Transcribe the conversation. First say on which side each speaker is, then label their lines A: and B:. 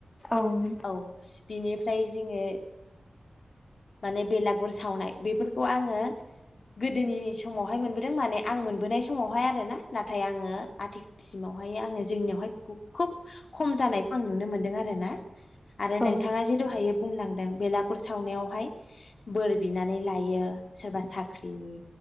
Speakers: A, on the left (about 20°); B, on the left (about 55°).
A: औ नोंथां
B: औ बिनिफ्राय जोंङो माने बेलागुर सावनाय बेफोरखौ आङो गोदोनि समावहाय मोनबोदों माने आं मोनबोनाय समावहाय आरोना नाथाय आङो आथि सिमावहाय आङो जोंनियावहाय खोब खम जानायखौ आं नुनो मोनदों आरोना आरो
A: औ
B: नोंथाङा जे दहायो बुंलांदों बेलागुर सावनायावहाय बोर बिनानै लायो सोरबा साख्रिनि